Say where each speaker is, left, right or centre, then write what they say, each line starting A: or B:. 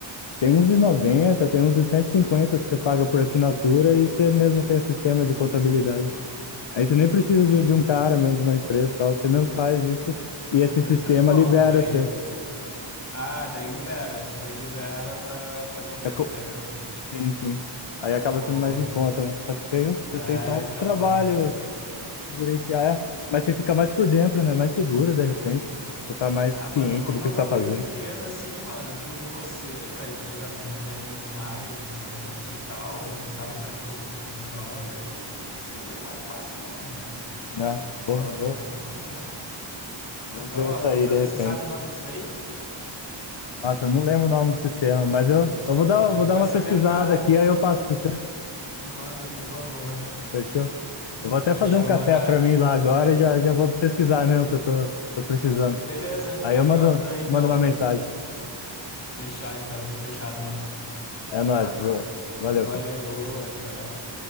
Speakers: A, on the left; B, on the left.
A: tem uns de noventa tem uns de 150 que você paga por assinatura e você mesmo tem o sistema de contabilidade. Aí você nem precisa
B: Ah,
A: de, de um cara mesmo, de uma empresa e tal, você mesmo faz isso e
B: ah,
A: esse
B: interessante.
A: sistema
B: Bom,
A: libera
B: aí
A: você.
B: Ah, daí libera, isso daí libera pra fazer a microempresa.
A: É co- Sim, sim. Aí acaba
B: Boa.
A: sendo mais em conta, né? Só que tem,
B: É,
A: você tem só o
B: então,
A: trabalho
B: porra, metade do preço.
A: de Gerenciar, é. Mas você fica mais por dentro, né? Mais seguro, de repente. Tipo, você tá mais
B: Ah, mano,
A: ciente
B: como
A: do que
B: é um
A: você tá
B: bagulho
A: fazendo,
B: pequeno assim, mano, é tudo você, velho, tá ligado? Não tem mais gente e tal, saca? Tipo, então eu acredito que seria mais fácil mesmo, mano.
A: né? Vou,
B: Falar
A: vou,
B: mais em. ah, Nossa,
A: vou
B: da
A: ver
B: hora,
A: isso aí,
B: vou saber.
A: de repente.
B: Você sabe o nome disso daí?
A: Nossa, eu não lembro o nome do sistema, mas eu, eu vou dar,
B: Pô,
A: vou
B: depois
A: dar uma
B: você
A: pesquisada
B: lembrar,
A: aqui, aí eu passo pra você.
B: me manda, por favor.
A: Fechou? Eu vou até
B: Fechou,
A: fazer um café
B: mano. É,
A: pra mim lá agora e já, já vou pesquisar mesmo que eu tô, tô precisando.
B: Beleza,
A: Aí
B: me
A: eu mando,
B: manda daí então.
A: mando uma mensagem.
B: Fechar, então. Fechado, mano.
A: É nóis, boa. Valeu,
B: Valeu, boa. Tchau, tchau.